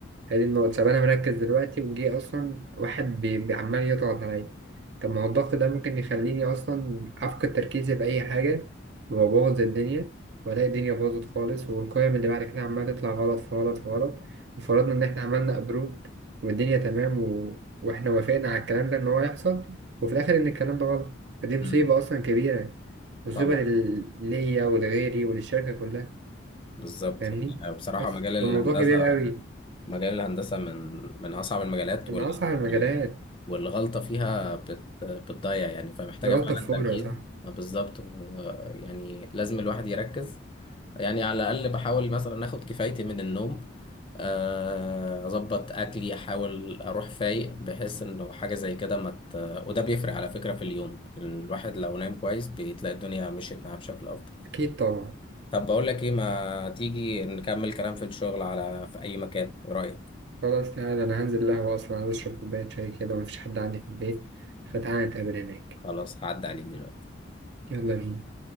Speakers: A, on the right; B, on the left.
A: هذه النقطة طب أنا مركز دلوقتي وجي أصلا واحد بي- بي- عمال يضغط عليا طب ما هو الضغط ده ممكن يخليني أصلا أفقد تركيزي في أي حاجة وأبوظ الدنيا وألاقي الدنيا باظت خالص والقيم اللي بعد كده عمالة تطلع غلط في غلط في غلط وفرضنا إن إحنا عملنا أبروت والدنيا تمام و... وإحنا وافقنا على الكلام ده إن هو يحصل وفي الآخر إن الكلام ده غلط فدي مصيبة
B: مم.
A: أصلا كبيرة مصيبة
B: طبعا
A: لل- ليا ولغيري وللشركة كلها
B: بالظبط
A: فاهمني
B: يعني بصراحة
A: بس
B: مجال الهندسة
A: الموضوع كبير قوي
B: مجال الهندسة من من أصعب المجالات
A: من
B: وال...
A: أصعب المجالات
B: وال... والغلطة فيها بت... بتضيع يعني فمحتاجة
A: الغلطة
B: فعلا
A: فورة
B: تركيز
A: صح
B: بالظبط و- يعني لازم الواحد يركز يعني على الأقل بحاول مثلا آخد كفايتي من النوم آه، أظبط أكلي أحاول أروح فايق بحيث إنه حاجة زي كده ما مت... وده بيفرق على فكرة في اليوم الواحد لو نام كويس بتلاقي الدنيا مشيت معاه بشكل أفضل
A: أكيد طبعا
B: طب بقول لك إيه ما تيجي نكمل كلام في الشغل على في أي مكان إيه رأيك؟
A: خلاص تعالى أنا هنزل قهوة أصلا عايز أشرب كوباية شاي كده مفيش حد عندي في البيت فتعالى نتقابل هناك
B: خلاص هعدي عليك دلوقتي
A: يلا بينا